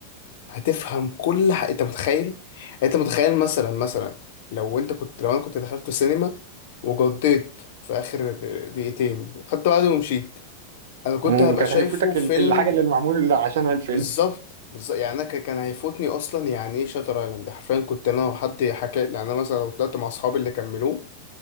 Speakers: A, on the left (about 50°); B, on the right (about 60°).
A: هتفهم كل حاجة انت متخيل انت متخيل مثلا مثلا لو انت كنت لو انا كنت دخلت السينما وجديت في اخر دقيقتين وخدت بعضي ومشيت انا كنت
B: مم،
A: هبقى
B: كان
A: شايفه
B: هيفوتك
A: فيلم
B: ال- الحاجة اللي معمول عشانها الفيلم
A: بالظبط بالظبط يعني انا ك- كان هيفوتني اصلا يعني ايه شاتر ايلاند حرفيا كنت انا وحد حكى يعني انا مثلا لو طلعت مع اصحابي اللي كملوه